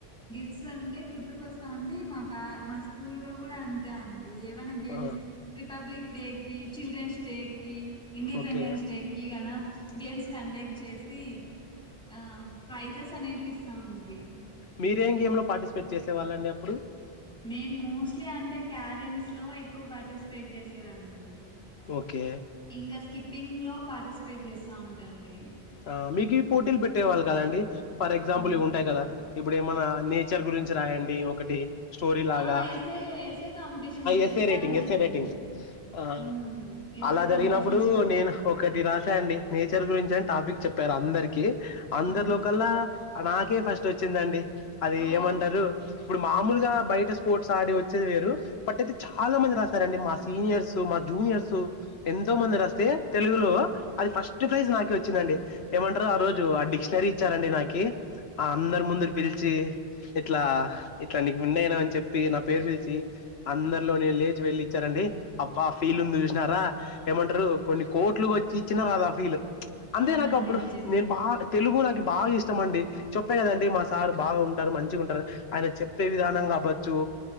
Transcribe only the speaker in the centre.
గిఫ్ట్స్ అంటే గుర్తుకొస్తా ఉంది మాకు మా స్కూల్ లో గుడా అంత అంతే అండి ఏమైనా గేమ్స్
రిపబ్లిక్ డే కి చిల్డ్రన్స్ డే కి ఇండిపెండెన్స్
డేకి గనా గేమ్స్ కండక్ట్ చేసి ఆ తినేటివి ఇస్తా ఉండ్రి
నేను మోస్ట్లీ అంటే క్యారమ్స్ లో ఎక్కువ పార్టిసిపేట్ చేస్తుండే దాని అండి
ఇంకా స్కిప్ స్కిపింగ్ లో పార్టిసిపేట్ చేస్త ఉంటాండి
ఆ
అంటే
ఆ essay essay competitions జరుగుతాండండి
మాకి
ఉమ్ ఎసే
కాంపిటీషన్స్ జ
ఆ
ఓ
అవునండి
నిజమే